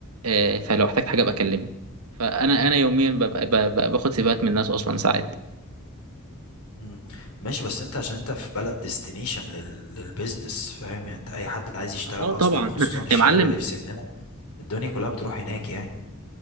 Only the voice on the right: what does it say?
آه، فلو احتجت حاجه ابقى كلمني فانا انا يوميا ببقى ببقى باخد سيفيهات من الناس اصلا ساعات
اه
طبعا
<laughs>
يا معلم